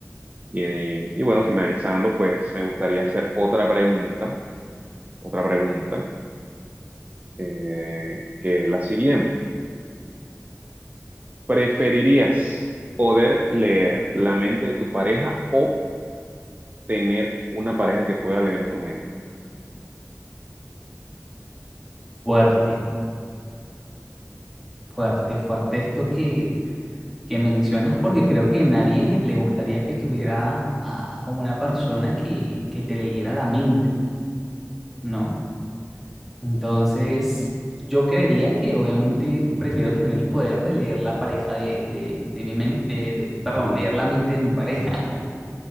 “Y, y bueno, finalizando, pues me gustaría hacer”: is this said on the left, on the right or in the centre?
Right